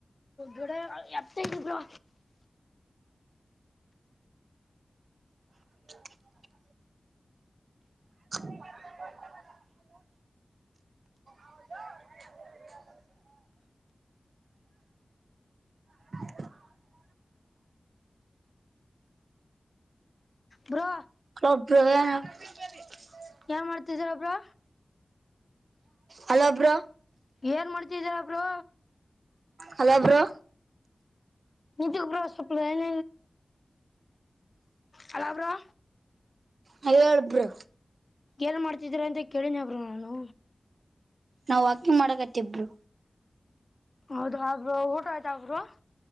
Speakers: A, on the left (about 50°); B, on the right (about 80°).
A: ಗಡ ಎತ್ತ ಹಿಡಿ ಬ್ರೋ
B: <inaudible> <inaudible> <unintelligible> ಹ <unintelligible>
A: ಬ್ರೊ
B: <unintelligible>
A: ಏನ್ ಮಾಡ್ತಿದೀರ ಬ್ರೋ
B: ಹಲೋ ಬ್ರೋ
A: ಏನ್ ಮಾಡ್ತಿದೀರಾಬ್ರು
B: ಹಲೋ ಬ್ರೋ
A: ನೀ ಬ್ರೋ ಸೊಪ್ಲೈನ ಹಲ ಬ್ರೋ
B: ಹಲೋ ಹೇಳು ಬ್ರೋ
A: ಏನ್ ಮಾಡ್ತಿದ್ರ ಅಂತ ಕೇಳಿನಬ್ರು ನಾನು
B: ನಾವವು ವಾಕಿಂಗ್ ಮಾಡಕತ್ತತಿಬ್ರು
A: ಹೌದು ಹೌದು ಬ್ರೋ ಊಟ ಆಯ್ತಾ ಬ್ರೋ